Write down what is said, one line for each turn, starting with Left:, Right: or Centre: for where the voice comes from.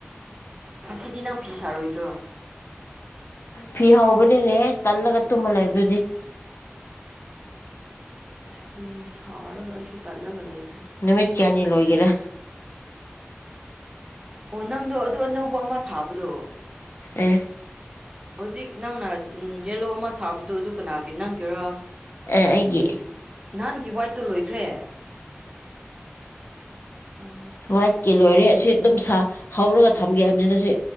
Right: ꯉꯁꯤꯗꯤ ꯅꯪ ꯐꯤ ꯁꯥꯔꯣꯏꯗ꯭ꯔꯣ
Left: ꯐꯤ ꯍꯧꯕꯅꯤꯅꯦ ꯇꯜꯂꯒ ꯇꯨꯝꯃ ꯂꯩꯕꯗꯨꯗꯤ
Right: ꯑꯗꯨꯅꯦ ꯁꯥꯔꯒ ꯑꯩꯁꯨ ꯇꯜꯂꯒ ꯂꯩꯈ꯭ꯔꯦ
Left: ꯅꯨꯃꯤꯠ ꯀꯌꯥꯅꯤ ꯂꯣꯏꯣꯏꯒꯔꯥ
Right: ꯑꯣ ꯅꯪꯗꯣ ꯑꯗꯨ ꯑꯅꯧꯕ ꯑꯃ ꯁꯥꯕꯗꯣ
Left: ꯑꯦ
Right: ꯍꯧꯖꯤꯛ ꯅꯪꯅ ꯖꯦꯜꯂꯣ ꯑꯃ ꯁꯥꯕ ꯑꯗꯨ ꯑꯗꯨ ꯀꯅꯥꯒꯤ ꯅꯪꯒꯦꯔ
Left: ꯑꯦ ꯑꯩꯒꯤ
Right: ꯅꯍꯥꯟꯒꯤ ꯋꯥꯏꯠꯇ ꯂꯣꯏꯈ꯭ꯔꯦ ꯑꯝ
Left: ꯍꯏꯠꯀꯤ ꯂꯣꯏꯔꯦ ꯑꯁꯤ ꯑꯗꯨꯝ ꯁꯥ ꯍꯧꯔꯒ ꯊꯝꯒꯦ ꯍꯥꯏꯕꯅꯤꯅ ꯁꯤ